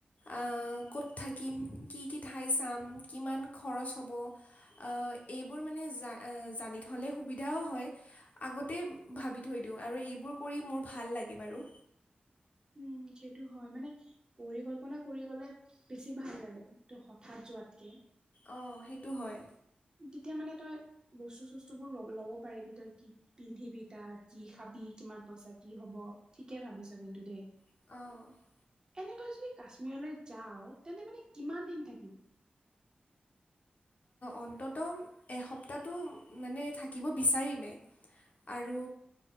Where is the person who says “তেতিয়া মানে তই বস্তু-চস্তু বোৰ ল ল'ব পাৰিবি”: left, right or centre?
Right